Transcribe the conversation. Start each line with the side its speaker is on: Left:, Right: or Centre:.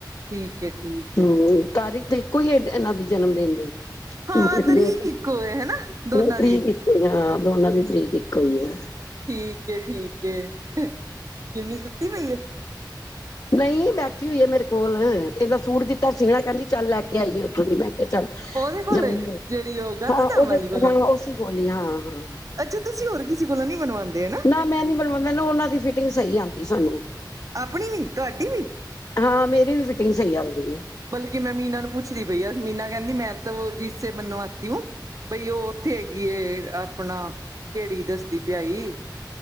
Right: ਠੀਕ ਐ ਠੀਕ, ਏ
Left: ਹੂੰ, ਤਾਰੀਖ ਤੇ ਇੱਕੋ ਈ ਏ ਇਹਨਾਂ ਦੇ ਜਨਮ ਦਿਨ ਦੀ,
Right: ਹਾਂ
Left: ਉਹ
Right: ਤਰੀਕ ਇੱਕੋ ਏ ਹਨਾ ਦੋਨਾਂ
Left: ਤਰੀਕ
Right: ਦੀ
Left: ਇੱਕ ਹਾਂ ਦੋਨਾਂ ਦੀ ਤਰੀਕ ਇੱਕੋ ਈ ਏ।
Right: ਠੀਕ ਐ ਠੀਕ ਐ ਗਿਨੀ ਸੁੱਤੀ ਪਈ?
Left: ਨਹੀ ਬੈਠੀ ਹੋਈ ਆ ਮੇਰੇ ਕੋਲ ਏਦਾਂ ਸੂਟ ਦਿੱਤਾ ਸੀਣਾ ਕਹਿੰਦੀ ਚੱਲ ਲੈ ਕੇ ਆਈਏ ਉੱਥੋਂ ਦੀ ਮੈਂ, ਚੱਲ,
Right: ਉਹਦੇ ਕੋਲ
Left: ਜਾਣੀ
Right: ਏ
Left: ਆ
Right: ਜਿਹੜੀ ਉਹ ਗਾਂਧੀ
Left: ਹਾਂ
Right: ਧਾਮ
Left: ਉਹਦੇ
Right: ਵਾਲੀ ਕੋਲੋਂ
Left: ਹਾਂ ਉਸੀ ਗੋਲੀਆਂ ਹਾਂ!
Right: ਅੱਛਾ, ਤੁਸੀਂ ਹੋਰ ਕਿਸੇ ਕੋਲ ਨੀ ਬਣਵਾਂਦੇ ਹਨਾ?
Left: ਨਾ ਮੈਂ ਨੀ ਬਣਵਾ ਮੈਨੂੰ ਉਹਨਾਂ ਦੀ ਫਿਟਿੰਗ ਸਹੀ ਆਂਦੀ ਸਾਨੂੰ,
Right: ਆਪਣੀ ਵੀ ਤੁਹਾਡੀ ਵੀ!
Left: ਹਾਂ, ਮੇਰੀ ਵੀ ਫਿਟਿੰਗ ਸਹੀ ਆਂਦੀ ਐ,
Right: ਬਲਕਿ ਮੈਂ ਮੀਨਾ ਨੂੰ ਪੁੱਛਦੀ ਪਈ ਆ ਮੀਨਾ ਕਹਿੰਦੀ ਮੈਂ ਤੋਹ ਜਿਸ ਸੇ ਬਣਵਾਤੀ ਹੂੰ, ਬਈ ਉਹ ਉੱਥੇ ਹੈਗੀਏ ਆਪਣਾ ਕਿਹੜੀ ਦੱਸਦੀ ਪਈ,